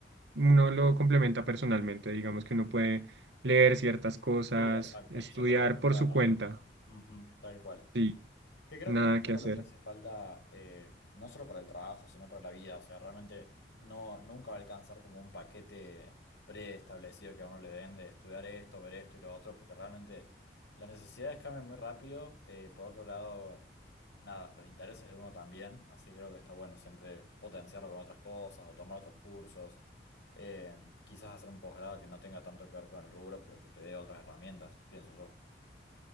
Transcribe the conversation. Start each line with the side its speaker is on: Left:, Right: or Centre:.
Right: uno lo complementa personalmente, digamos que uno puede leer ciertas cosas,
Left: Sí, exacto.
Right: estudiar
Left: Siempre puedes buscar
Right: por su
Left: herramientas.
Right: cuenta,
Left: Ujú, tal cual.
Right: sí,
Left: Que creo
Right: nada
Left: que es un poco
Right: que hacer.
Left: lo que hace falta, eh, no solo para el trabajo, sino para la vida. O sea, realmente no, nunca va a alcanzar como un paquete preestablecido que a uno le den de estudiar esto, ver esto y lo otro, porque realmente las necesidades cambian muy rápido. eh, por otro lado, nada, los intereses de uno también. Así que creo que está bueno siempre potenciarlo con otras cosas o tomar otros cursos. eh, quizás hacer un posgrado que no tenga tanto que ver con el rubro, pero que te dé otras herramientas, pienso yo.